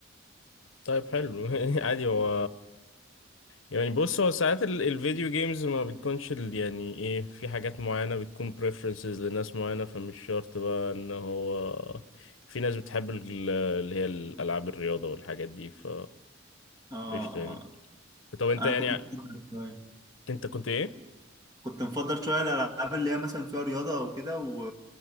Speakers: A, on the left; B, on the right.
A: طيب حلو <laughs> عادي هو يعني بص هو ساعات ال- الفيديو جيمز ما بتكونش ال... يعني ايه في حاجات معينة بتكون preferences لناس معينة فمش شرط بقى ان هو في ناس بتحب ال- اللي هي الألعاب الرياضة والحاجات دي ف
B: اه
A: قشطة
B: آه.
A: يعني طب انت
B: انا
A: يعني
B: كنت مفضل شويه
A: انت كنت ايه؟
B: كنت مفضل شويه الالعاب اللي هي مثلا فيها رياضه او كده و...